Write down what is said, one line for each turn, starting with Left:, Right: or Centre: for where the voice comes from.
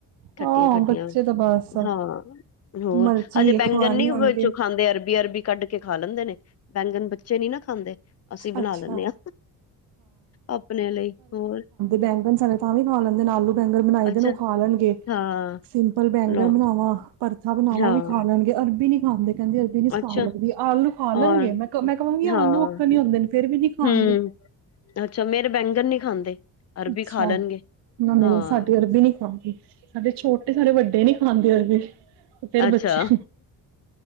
Left: ਖੱਟੀਆਂ-ਖੱਟੀਆਂ
Right: ਹਾਂ ਬੱਚੇ ਤਾਂ ਬਸ
Left: ਹਾਂ ਹੋਰ
Right: ਮਰਜੀ
Left: ਹਜੇ ਬੈਗਨ
Right: ਖਵਾਣੀ
Left: ਨੀ
Right: ਹੋਣਗੇ।
Left: ਵਿਚੋ ਖਾਂਦੇ ਅਰਬੀ- ਅਰਬੀ ਵੀ ਕੱਢ ਕੇ ਖਾ ਲੈਂਦੇ ਨੇ ਬੈਂਗਨ ਬੱਚੇ ਨਹੀਂ ਨਾ ਖਾਂਦੇ ਅਸੀਂ ਬਨਾ
Right: ਅੱਛਾ,
Left: ਲੇਨੇ ਆ। ਆਪਣੇ ਲਈ ਹੋਰ
Right: ਬੈਂਗਨ ਸਾਡੇ ਤਾਂ ਵੀ ਖਾ ਲੈਂਦੇ ਆਲੂ ਬੈਨਰ ਬਣਾਈ
Left: ਅੱਛਾ
Right: ਦੇ ਨੇ ਉਹ ਖਾ ਲੈਣਗੇ।
Left: ਹਾਂ
Right: ਸਿੰਪਲ ਬੈਂਗਨ
Left: ਲੋ-
Right: ਬਣਾਵਾਂ, ਭੜਥਾ ਬਣਾਵਾਂ
Left: ਹਾਂ
Right: ਉਹ ਵੀ ਖਾ ਲੈਣਗੇ ਅਰਬੀ ਨੀ ਖਾਂਦੇ। ਕਹਿੰਦੇ ਅਰਬੀ ਨੀ ਸਵਾਦ
Left: ਅੱਛਾ
Right: ਲੱਗਦੀ ਆਲੂ ਖਾ ਲੈਣਗੇ
Left: ਔਰ
Right: ਮੈਂ ਕਵਾਂਗੀ
Left: ਹਾਂ
Right: ਆਲੂ ਅਕਨ ਹੀ ਹੁੰਦੇ ਨੇ ਫੇਰ ਵੀ ਨੀ ਖਾਣਗੇ।
Left: ਹਮ ਅੱਛਾ। ਮੇਰਾ ਬੈਂਗਣ ਨਹੀਂ ਖਾਂਦੇ, ਅਰਬੀ
Right: ਅੱਛਾ
Left: ਖਾ ਲੈਣਗੇ।
Right: ਨਾ, ਮੇਰੇ
Left: ਹਾਂ।
Right: ਸਾਡੇ ਅਰਬੀ ਨਹੀਂ ਖਾਂਦੇ। ਸਾਡੇ ਛੋਟੇ ਸਾਡੇ ਵੱਡੇ ਨਹੀਂ ਖਾਂਦੇ ਹੋਏ ਫਿਰ
Left: ਅੱਛਾ
Right: ਬੱਚੇ